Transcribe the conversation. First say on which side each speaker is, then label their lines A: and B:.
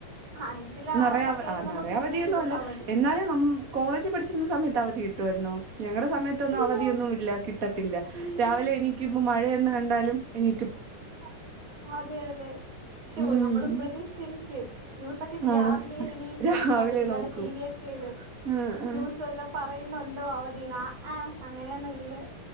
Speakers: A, on the right; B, on the right.
A: അഞ്ചില്
B: നെറയെ
A: ആറിലൊക്കെ
B: അവ
A: ആയിരുന്നപ്പോ
B: ആഹ് നെറയെ
A: പിന്നെയും
B: അവധിയൊന്നും അല്ല
A: അവധി
B: എന്നാലും ന കോളേജ് പഠിച്ചിര്ന്ന സമയത്ത് അവധി കി ട്ടുവാരുന്നു ഞങ്ങളെ സമയത്തൊന്നും
A: ഇല്ല
B: അവധിയൊന്നും ഇല്ല കിട്ടത്തില്ല
A: ഇല്ല
B: രാവിലെ എനീക്കിമ്പം മഴയേ ണ് കണ്ടാലും എണീ
A: ആഹ് അതെ അതെ ശ്ശൊ
B: ഉം
A: നമ്മള് പ്രതീക്ഷിച്ചിരിക്ക്യും ന്യൂസ ക്കിട്ട് രാവിലെ
B: ആഹ്
A: എണീക്കും
B: രാവിലെ
A: പതിവില്ലാതെ
B: നോക്കൂ
A: ടീവിയൊക്കെ ഇടും
B: ആഹ് ആഹ്
A: ന്യൂസ് വല്ലോം പറയു ന്നുണ്ടോ അവധിന്ന് ആ ഏഹ് അങ്ങനെയൊന്നും ഇല്ലാ